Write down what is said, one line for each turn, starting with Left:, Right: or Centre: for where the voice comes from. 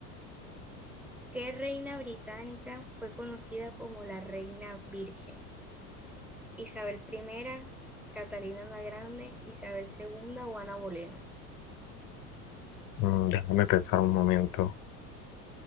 Centre: ¿Qué reina británica fue conocida como la reina virgen? Isabel primera, Catalina la Grande, Isabel segunda, o Ana Bolena.
Left: mm, déjame pensar un momento.